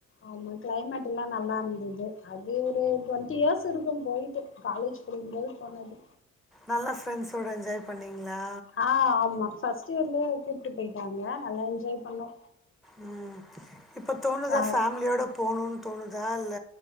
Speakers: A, on the left; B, in the centre.
A: ஆமா கிளைமேட்ல்லா நல்லார்ந்தது அதி ஒரு டுவெண்ட்டி இயர்ஸ் இருக்கும் போயிட்டு காலேஜ் படிக்கும்போது போனது
B: நல்லா ஃபிரெண்ட்ஸோட என்ஜாய் பண்ணிங்ளா
A: ஆ ஆமா ஃபர்ஸ்ட்டியர்லியே கூட்டு போயிட்டாங்க நல்லா என்ஜாய் பண்ணோ
B: ம் இப்பத் தோணுதா
A: ஆ
B: ஃபேம்லியோடப் போணுன் தோணுதா இல்ல